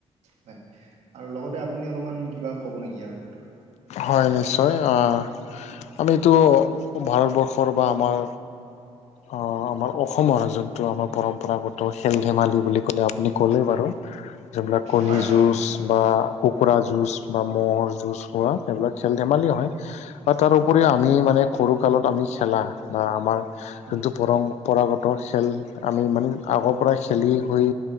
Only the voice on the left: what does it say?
হয়, নিশ্চয় আ আমিটো ভাৰতবৰ্ষৰ বা আমাৰ অ', আমাৰ অসমৰ যোনটো আমাৰ পৰম্পৰাগত খেল ধেমালি বুলি ক'লে আপুনি ক'লেই বাৰু। যোনবিলাক কণী
যুঁজ বা কুকুৰা যুঁজ বা ম'হৰ যুঁজ হোৱা এইবিলাক খেল-ধেমালিও হয় আৰু তাৰ উপৰিও
আমি মানে সৰুকালত আমি খেলা বা আমাৰ
যোনটো পৰম্পৰাগত খেল আমি ইমান আগৰ পৰাই খেলি হৈ